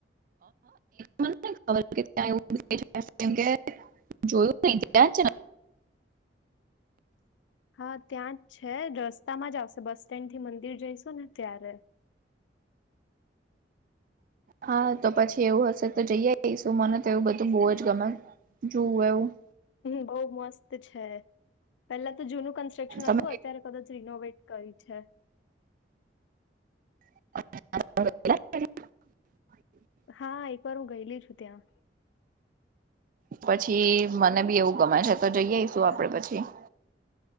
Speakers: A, on the right; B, on the left.
A: મને ખબર ત્યા એવ કેમ કે- - <inaudible> જોયું નહી ત્યાં છે ને.
B: હા ત્યાં જ છે રસ્તામાં જ આવશે બસ સ્ટેન્ડ થી મંદિર જઈશું ને ત્યારે- -
A: હા તો પછી એવું હશે તો જઈ જઈશું મને તો એવું બધું બહુ જ ગમે. જોવુ એવુ.
B: હમ બહુ મસ્ત છે પેલા તો જૂનું કન્સ્ટ્રક્શન હતું.
A: તમે
B: અત્યારે કદાચ રિનોવેટ કરી છે.
A: <inaudible>
B: હા એકવાર હું ગયેલી છું ત્યાં.
A: પછી મને બી એવું ગમાયે છે તો જઈ આવીઈશું આપડે પછી- -